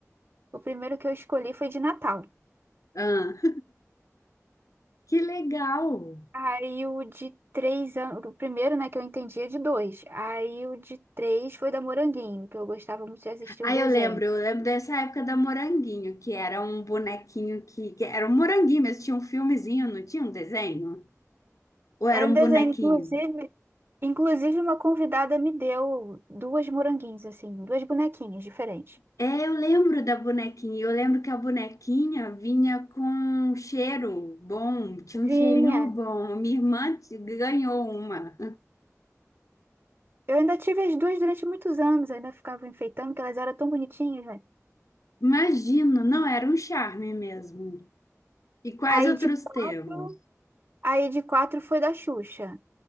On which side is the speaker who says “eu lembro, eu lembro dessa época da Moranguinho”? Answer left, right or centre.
Left